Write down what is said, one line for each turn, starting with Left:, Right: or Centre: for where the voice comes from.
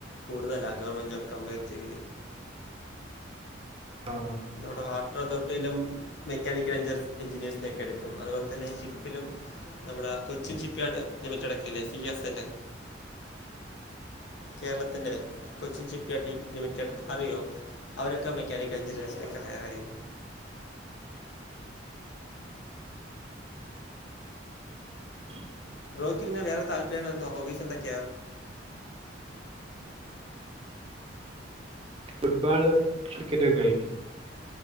Left: കൂടുതല ഗവൺമെന്റ് ജോബ് കമ്പയറ്ചെയ്യൽ
Right: ആഹ്
Left: നമ്മടെ വാട്ടർ അതോറിറ്റിയിലും മെക്കാനിക്കൽ എഞ്ചസ് എഞ്ചിനേഴ്സിനൊക്കെ എടുക്കും അതുപോലെ തന്നെ ഷിപ്പിലും നമ്മുടെ കൊച്ചിൻ ഷിപ്പ്യാർഡ് ലിമിറ്റഡ് ഒക്കെയില്ലേ സി എസ് എല്
Right: <unintelligible>
Left: കേരളത്തിൻ്റെ കൊച്ചിൻ ഷിപ്പ്യാർഡ് ടീം ലിമിറ്റഡ് അറിയുമോ അവരൊക്കെ മെക്കാനിക്കൽ എഞ്ചിനീയേർസാ എത്ര നേരായി?
Right: <inaudible>
Left: ബ്രോയ്ക്കിന്നെ വേറെ താല്പര്യങ്ങള് എന്തുവാ ഹോബീസ് എന്തൊക്കെയാ
Right: ഫുട്ബോളും ക്രിക്കറ്റൊക്കെ കളിക്കും